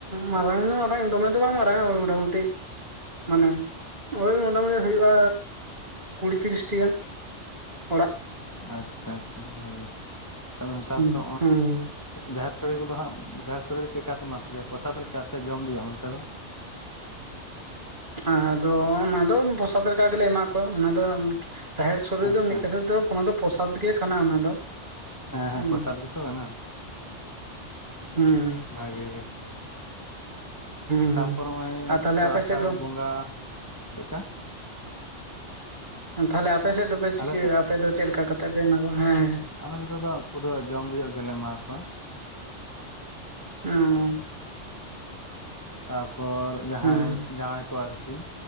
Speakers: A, on the right; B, on the left.
A: ᱢᱟᱨᱟᱝ ᱫᱚ ᱢᱟᱨᱟᱝ ᱫᱚᱢᱮ ᱫᱚ ᱵᱟᱝ ᱢᱟᱨᱟᱝ ᱟ ᱢᱚᱴᱟᱢᱩᱴᱤ ᱢᱟᱱᱮ ᱳᱭ ᱢᱚᱴᱟᱢᱩᱴᱤ ᱦᱩᱭᱩᱜᱼᱟ ᱠᱩᱲᱤ ᱛᱤᱨᱤᱥᱴᱤ ᱜᱟᱱ ᱚᱲᱟᱜ
B: ᱟᱪᱷᱟ-ᱟᱪᱷᱟ ᱵᱷᱟᱜᱮ ᱛᱟᱦᱚᱞᱮ ᱱᱮᱛᱟᱨ
A: ᱦᱩᱸ
B: ᱛᱚ
A: ᱦᱩᱸ
B: ᱡᱟᱦᱮᱨ ᱥᱳᱲᱮ ᱠᱚᱫᱚ ᱦᱟᱸᱜ ᱡᱟᱦᱮᱨ ᱥᱳᱲᱮ ᱫᱚ ᱪᱮᱫ ᱞᱮᱠᱟᱯᱮ ᱮᱢᱟ ᱠᱚᱜᱮᱭᱟ ᱯᱚᱨᱥᱟᱫ ᱞᱮᱠᱟ ᱥᱮ ᱡᱚᱢ- ᱵᱤ ᱦᱩᱭᱩᱜᱼᱟ ᱚᱱᱛᱮ ᱫᱚ
A: ᱟᱫᱚ ᱚᱱᱟ ᱫᱚ ᱯᱚᱨᱥᱟᱫ ᱞᱮᱠᱟ ᱜᱮᱞᱮ ᱮᱢᱟ ᱠᱚᱣᱟ ᱚᱱᱟ ᱫᱚ ᱡᱟᱦᱮᱨ ᱥᱳᱲᱮ
B: ᱟᱪᱪᱷᱟ
A: ᱫᱚ ᱢᱤᱫ ᱠᱟᱛᱷᱟ ᱫᱚ ᱚᱱᱟ ᱫᱚ ᱯᱨᱚᱥᱟᱫ ᱜᱮ ᱠᱟᱱᱟ ᱚᱱᱟ ᱫᱚ᱾
B: ᱦᱮᱸᱻᱦᱮᱸᱻ
A: ᱦᱩᱸ
B: ᱯᱚᱨᱥᱟᱫ ᱜᱮᱛᱚ ᱠᱟᱱᱟ
A: ᱦᱮᱸᱻ
B: ᱵᱷᱟᱜᱮ ᱜᱮ
A: ᱦᱩᱸ
B: ᱛᱟᱯᱚᱨ
A: ᱦᱩᱸ
B: ᱱᱚᱜᱼᱭ
A: ᱟᱨ ᱛᱟᱦᱞᱮ
B: ᱛᱚ
A: ᱟᱯᱮ
B: ᱟᱥᱟᱲ
A: ᱥᱮᱫ ᱫᱚ
B: ᱵᱚᱸᱜᱟ ᱪᱮᱫᱠᱟ?
A: ᱛᱟᱦᱚᱞᱮ ᱟᱯᱮ ᱥᱮᱫ ᱫᱚᱯᱮ ᱪᱤᱠᱟᱹᱭᱟ
B: ᱟᱞᱮᱥᱮᱫ
A: ᱟᱯᱮ ᱫᱚ ᱪᱮᱫ ᱞᱮᱠᱟ ᱠᱟᱛᱮ ᱯᱮ ᱮᱢᱠᱚᱣᱟ ᱦᱮᱸᱻᱦᱮᱸᱻ
B: ᱟᱞᱮ ᱱᱚᱛᱮ ᱫᱚ ᱯᱩᱨᱟᱹ ᱡᱚᱢ ᱵᱤᱭᱳᱜ ᱜᱮᱞᱮ ᱮᱢᱟ ᱠᱚᱣᱟ᱾
A: ᱦᱩᱸ
B: ᱛᱟᱯᱚᱨ ᱡᱟᱦᱟᱸᱭ
A: ᱦᱮᱸ
B: ᱡᱟᱶᱟᱭ ᱠᱚ ᱟᱨᱠᱤ